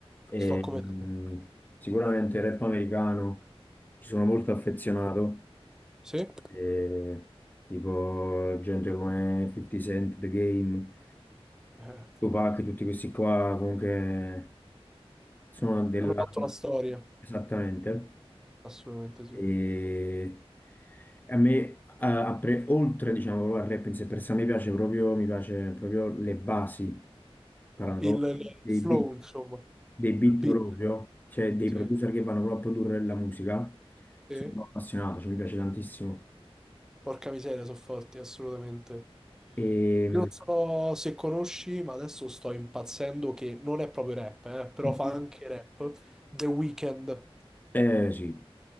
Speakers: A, on the left; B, in the centre.
A: E,
B: Sto come
A: mh,
B: te.
A: sicuramente rap americano, ci sono molto affezionato,
B: Sì?
A: e, tipo gente come 50 Cent, The Game,
B: Eh,
A: Tupac, tutti questi qua, comunque sono della...
B: hanno fatto la storia,
A: Esattamente.
B: assolutamente sì.
A: E a me, a- a pre- oltre, diciamo, proprio al rap in sé per sé, a me piace proprio, mi piace proprio le basi, parlando
B: Il,
A: proprio
B: il
A: dei, dei
B: flow,
A: beat,
B: insomma,
A: dei beat
B: il beat,
A: proprio, cioè dei
B: sì.
A: producer che vanno proprio a produrre la musica.
B: Sì.
A: Sono appassionato, cioè mi piace tantissimo.
B: Porca miseria, sono forti, assolutamente.
A: E,
B: Io non so se conosci, ma adesso sto impazzendo che non è proprio rap, eh, però
A: Mhm.
B: fa anche rap. The Weeknd.
A: eh sì,